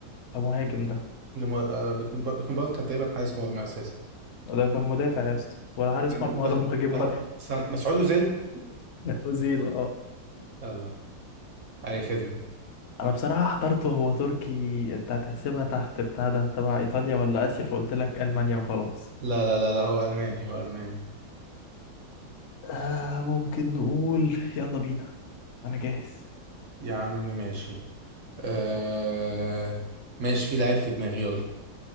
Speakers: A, on the left; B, on the right.
A: ده مهاجم ده
B: لم... أه... بيكنبا- بيكنباور كان تقريبا حارس مرمى أساسي
A: ده
B: لا،
A: كان مدافع يا اسطى ولا حارس
B: لا،
A: مرمى
B: بس
A: ولا مهاجم
B: بس-
A: ولا
B: مسعود أوزيل
A: <laughs> أوزيل اه
B: يلا أي خدمة
A: أنا بصراحة حضرته هو تركي أنت هتحسبها تحت بتاع ده تبع إيطاليا ولا آسيا فقلت لك ألمانيا وخلاص
B: لا لا لا لا هو ألماني هو ألماني
A: آه ممكن نقول يلا بينا أنا جاهز
B: يا عم ماشي أه... ماشي في لعيب في دماغي يلا